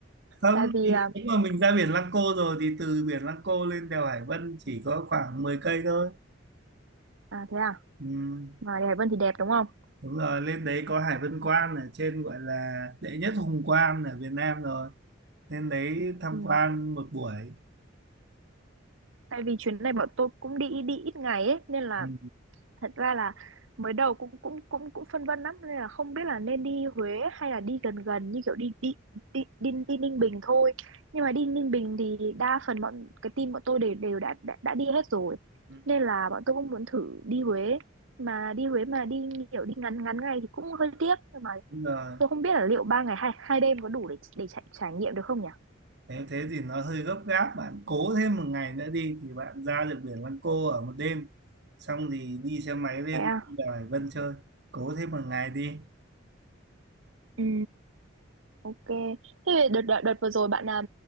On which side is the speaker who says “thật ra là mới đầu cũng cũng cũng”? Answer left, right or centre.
Right